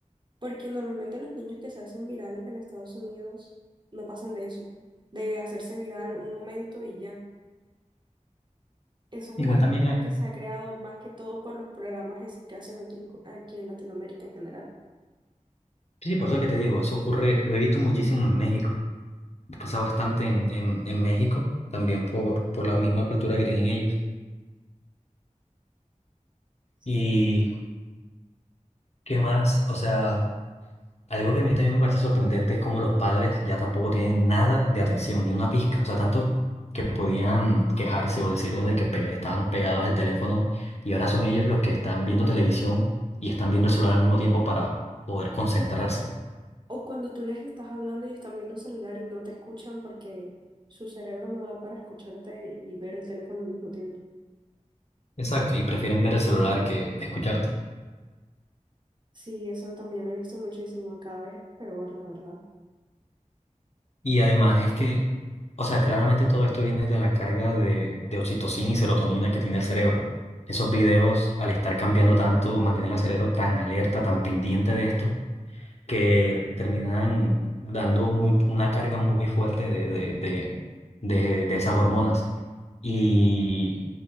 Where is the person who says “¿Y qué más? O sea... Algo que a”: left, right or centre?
Left